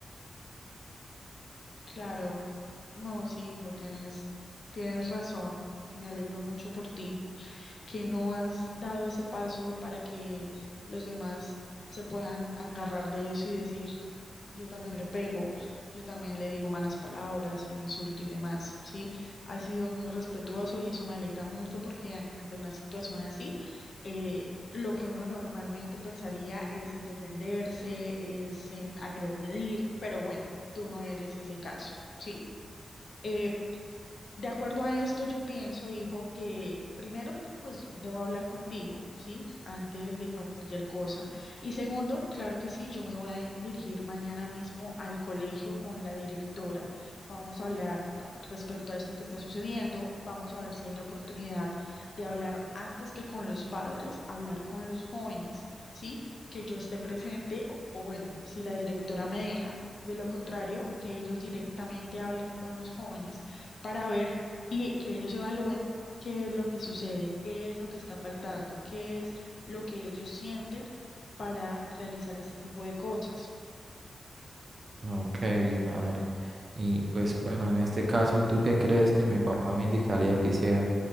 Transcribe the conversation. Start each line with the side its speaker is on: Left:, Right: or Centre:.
Left: Claro, no, sí, hijo, tienes, tienes razón. Me alegro mucho por ti, que no has dado ese paso para que los demás se puedan agarrar de eso y decir, yo también le pego, yo también le digo malas palabras, lo insulto y demás, ¿sí? Ha sido muy respetuoso y eso me alegra mucho porque ante una situación así, eh, lo que uno normalmente pensaría es en defenderse, es en agredir, pero bueno, tú no eres ese caso, ¿sí? Eh, de acuerdo a esto, yo pienso, hijo, que primero, pues debo hablar contigo, ¿sí? Antes de cualquier cosa. Y segundo, claro que sí, yo me voy a dirigir mañana mismo al colegio con la directora. Vamos a hablar respecto a esto que está sucediendo. Vamos a ver si hay la oportunidad de hablar antes que con los padres, hablar con los jóvenes, ¿sí? Que yo esté presente o o bueno, si la directora me deja. De lo contrario, que ellos directamente hablen con los jóvenes para ver y que ellos evalúen qué es lo que sucede, qué es lo que está faltando, qué es lo que ellos sienten para realizar este tipo de cosas.
Right: Ok, madre. Y pues bueno, en este caso, ¿tú qué crees que mi papá me indicaría que hiciera?